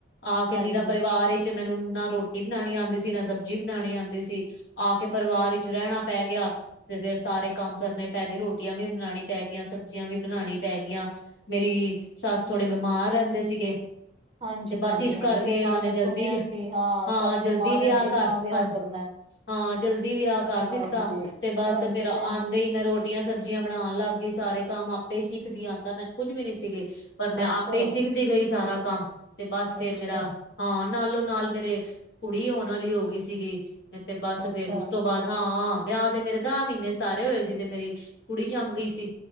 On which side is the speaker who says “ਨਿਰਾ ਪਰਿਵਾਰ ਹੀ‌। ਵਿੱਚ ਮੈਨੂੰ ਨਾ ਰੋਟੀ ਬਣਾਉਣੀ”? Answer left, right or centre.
Left